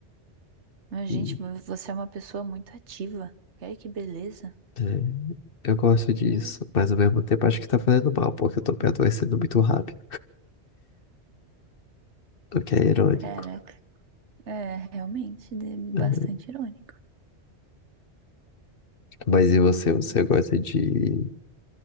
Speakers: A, on the right (about 85°); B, on the left (about 55°).
A: Mas,
B: E,
A: gente, você é uma pessoa muito ativa. Olha que beleza.
B: é, eu gosto disso,
A: Eu,
B: mas ao mesmo tempo acho que tá fazendo mal, porque eu tô me adoecendo muito rápido, o que é irônico.
A: caraca. É, realmente, de-
B: Uhum.
A: bastante irônico.
B: Mas e você?
A: Eu
B: Você
A: não
B: gosta de.